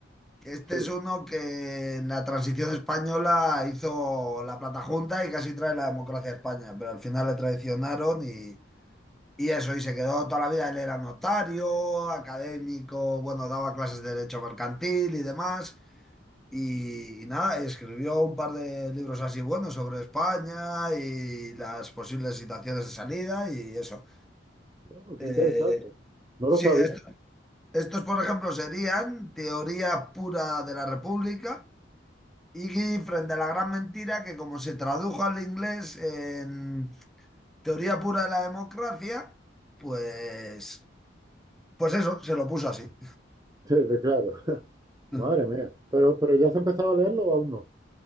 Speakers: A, in the centre; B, on the right.
A: que Este
B: Sí.
A: es uno que en la transición española hizo la Plata Junta y casi trae la democracia a España, pero al final le traicionaron y... Y eso, y se quedó toda la vida, él era notario, académico, bueno, daba clases de derecho mercantil y demás. Y, y nada, y escribió un par de libros así buenos sobre España y las posibles situaciones de salida y eso.
B: Wow, qué
A: Eh,
B: interesante. No
A: sí,
B: lo sabía.
A: est-
B: <laughs>
A: estos, por ejemplo, serían Teoría pura de la República y Frente a la gran mentira, que como se tradujo al inglés en Teoría pura de la democracia, pues, pues eso, se lo puso así.
B: Sí, de- claro. <laughs>
A: Mm.
B: Madre mía. Pero, pero ¿ya has empezado a leerlo o aún no?